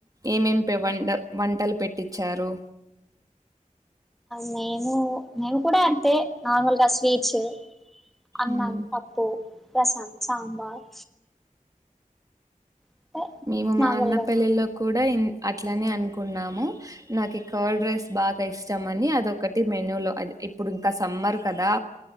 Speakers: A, on the right; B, in the centre.
A: ఏమేమి పె వంట వంటల్ పెట్టిచ్చారూ.
B: మేమూ, మేము కూడా అంతే నార్మల్ గా స్వీట్ స, అన్నం,
A: మ్మ్.
B: పప్పు రసం, సాంబార్ అంటే
A: మేము మా
B: నార్మల్గా
A: అన్న పెళ్ళిలో కూడా ఇం అట్లనే అనుకున్నాము. నాకి కార్డ్ రైస్ బాగా ఇష్టం అనీ అదొకటి మెన్యూలో అద్ ఇప్పుడు ఇంకా సమ్మర్ కదా